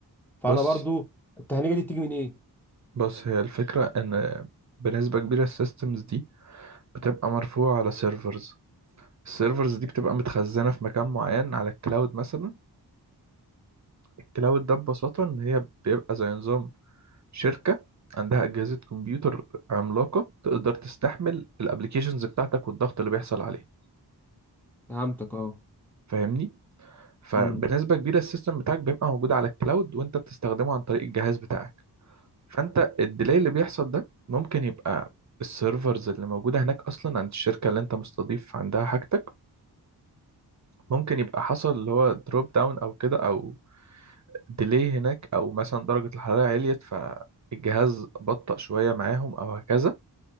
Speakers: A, in the centre; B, on the right.
A: فانا
B: بص
A: برضو التهنيجه دي بتيجي من ايه
B: بص هي الفكرة إن بنسبة كبيرة السيستمز دي بتبقى مرفوعة على سيرفرز السيرفرز دي بتبقى متخزنة في مكان معين على الكلاود مثلا الكلاود ده ببساطة إن هي بيبقى زي نظام شركة عندها أجهزة كمبيوتر عملاقة تقدر تستحمل الابليكيشنز بتاعتك والضغط اللي بيحصل عليه
A: فهمتك اه
B: فاهمني فبنسبة
A: امم
B: كبيرة السيستم بتاعك بيبقى موجود على الكلاود وانت بتستخدمه عن طريق الجهاز بتاعك فانت الديلي اللي بيحصل ده ممكن يبقى السيرفرز اللي موجودة هناك أصلا عند الشركة اللي انت مستضيف عندها حاجتك ممكن يبقى حصل اللي هو دروب داون أو كده أو ديلي هناك أو مثلا درجة الحرارة عليت فالجهاز بطأ شوية معاهم أو هكذا